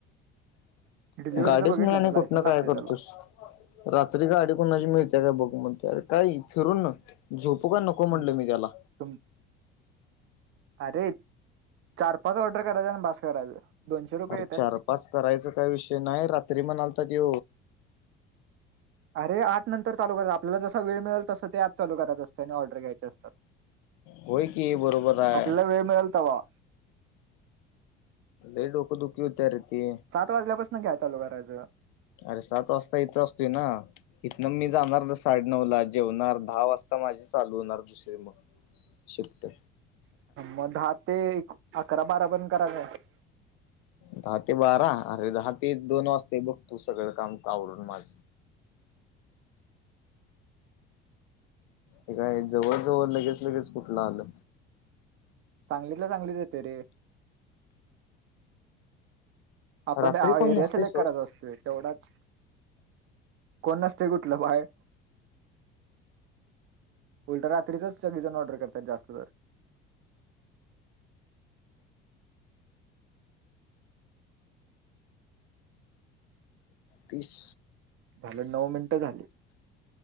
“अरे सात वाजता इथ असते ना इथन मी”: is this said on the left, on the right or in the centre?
Left